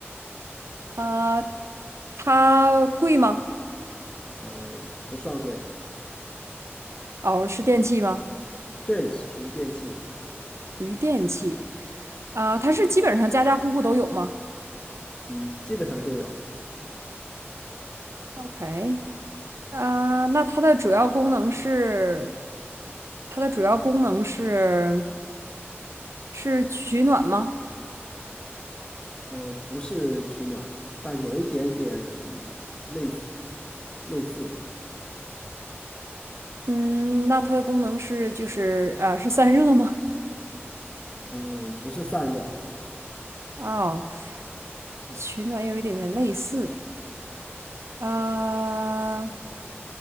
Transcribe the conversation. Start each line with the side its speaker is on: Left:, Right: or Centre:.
Right: 呃，它贵吗？
Left: 嗯、不算贵，
Right: 哦，是电器吗？
Left: 对，属于电器，
Right: 于电器啊，它是基本上家家户户都有吗
Left: 嗯，基本上都有，
Right: ？OK，啊，那它的主要功能是它的主要功能是是取暖吗？
Left: 嗯、不是取暖，但有一点点类似，类似，
Right: 嗯，那它的功能是就是呃是散热吗？
Left: 嗯、不是散热，
Right: 哦，取暖有一点点类似啊，